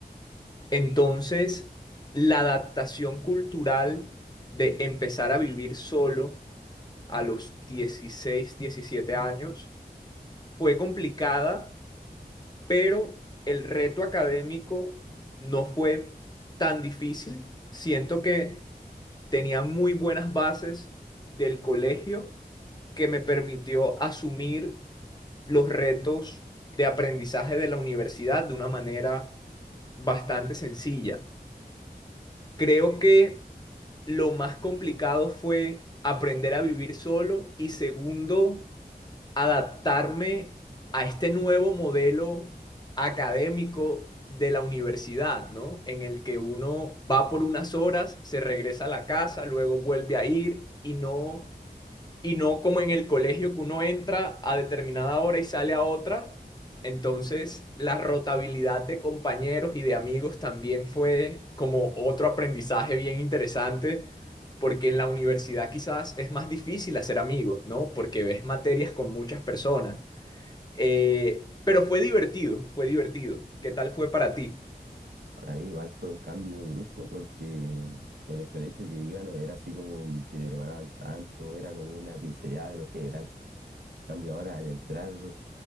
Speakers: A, on the left; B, on the right.
A: Entonces, la adaptación cultural de empezar a vivir solo a los 16, 17 años fue complicada pero el reto académico no fue tan difícil. Siento que tenía muy buenas bases del colegio que me permitió asumir los retos de aprendizaje de la universidad de una manera bastante sencilla. Creo que lo más complicado fue aprender a vivir solo y segundo, adaptarme a este nuevo modelo académico de la universidad, ¿no? En el que uno va por unas horas, se regresa a la casa, luego vuelve a ir y no y no como en el colegio que uno entra a determinada hora y sale a otra. Entonces, la rotabilidad de compañeros y de amigos también fue como otro aprendizaje bien interesante, porque en la universidad quizás es más difícil hacer amigos, ¿no? Porque ves materias con muchas personas. Eh, pero fue divertido, fue divertido. ¿Qué tal fue para ti?
B: para mí igual fue un cambio brusco porque en el colegio que iba no era así como que te preparaban tanto, era como una pincelada de lo general. En Cambio ahora al entrar,